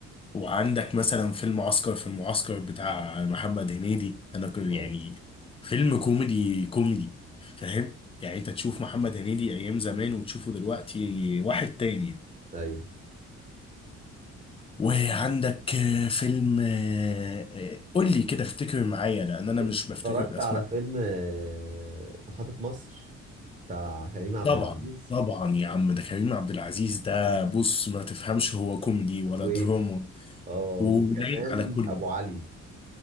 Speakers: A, on the left (about 20°); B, on the right (about 25°).
A: وعندك مثلا فيلم عسكر في المعسكر بتاع محمد هنيدي أنا ك- يعني
B: اه
A: فيلم كوميدي كوميدي فاهم يعني أنت تشوف محمد هنيدي أيام زمان وتشوفه دلوقتي واحد تاني
B: ايوه
A: وعندك آه، فيلم آه، آه، قول لي كده افتكر معايا لان انا
B: اتفرجت
A: مش بفتكر الاسماء
B: على فيلم آه، محطة مصر بتاع كريم عبد
A: طبعا
B: العزيز
A: طبعا يا عم ده كريم عبد العزيز ده بص ما تفهمش هو كوميدي ولا
B: و
A: دراما
B: اه
A: ولايق
B: وكمان
A: على كله
B: ابو علي